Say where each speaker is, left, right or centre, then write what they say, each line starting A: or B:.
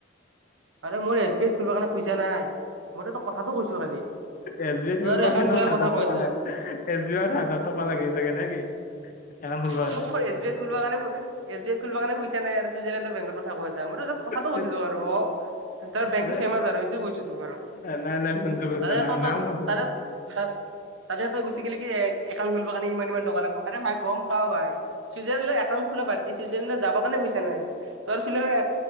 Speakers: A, on the right; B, on the left.
A: আৰে মোৰ এছ বি আইত খুলিব কাৰণে পইচা নাই। মইতো তোক কথাটো কৈছো খালি
B: এছ বি আইত
A: তই
B: খুলিব
A: আৰু
B: কাৰণেও
A: একাউণ্ট খোলাৰ
B: হাজাৰ
A: কথা কৈ
B: টকা
A: আছা
B: লাগে এছ বি আইত হাজাৰ টকা লাগি চাগে নে কি একাউণ্ট খুলিব কাৰণে
A: অ মোৰ এছ বি এ খুলিব কাৰণে এছ বি আই খুলিব কাৰণে পইছা নাই আৰু চুইজাৰ লেণ্ডৰ বেংকৰ কথা কৈ মই জাষ্ট কথাটো
B: ধেৎ
A: সুধিলোঁ আৰু অ তাৰ বেংকটো
B: আৰে
A: ফেমাচ আৰু ইটো কৈছো তোক আৰু
B: নাই নাই শুনছো শুনছো
A: তাৰে এটা
B: নাম নাম শুনছো
A: তাত তাতে তই গুচি গিলি কি একাউণ্ট খুলিবৰ কাৰণে ইমান ইমান টকা লাগিব আৰে ভাই গম পাও ভাই চুইজাৰলেণ্ড একাউণ্ট খোলা বাদ দি চুইজালেণ্ডৰত যাবা কাৰণে পইচা নাই তোৰ চুইজাৰ